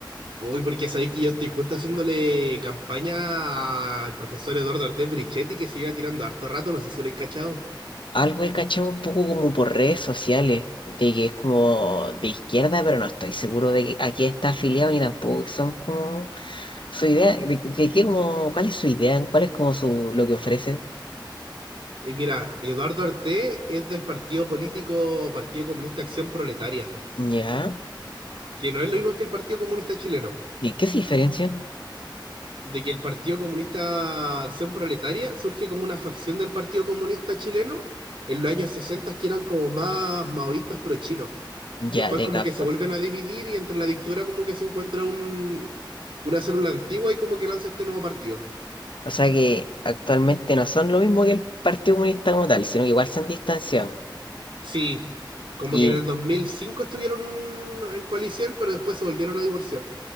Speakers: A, on the right; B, on the left.
A: Uy, porque sabéis que yo estoy justo haciéndole campaña al profesor Eduardo Artés Brichetti, que se iba tirando harto rato, no sé si lo he cachado.
B: Algo he cachado un poco como por redes sociales, de que es como de izquierda, pero no estoy seguro de que a qué está afiliado ni tampoco que son como su idea, de, de qué como, cuál es su idea, cuál es como su, lo que ofrece.
A: Y mira, Eduardo Artés es del partido político Partido Comunista Acción Proletaria,
B: Ya,
A: que no es lo mismo que el Partido Comunista Chileno.
B: ¿y en qué se diferencian?
A: De que el Partido Comunista Acción Proletaria surge como una facción del Partido Comunista Chileno en los años 60 que eran como más maoístas pro chinos. Y
B: Ya,
A: después
B: te
A: como
B: capto.
A: que se vuelven a dividir y entre la dictadura como que se encuentra un, una célula antigua y como que lanza este nuevo partido.
B: O sea que actualmente no son lo mismo que el Partido Comunista como tal, sino que igual se han distanciado.
A: Sí, como
B: Y,
A: que en el 2005 estuvieron en coalición, pero después se volvieron a divorciar.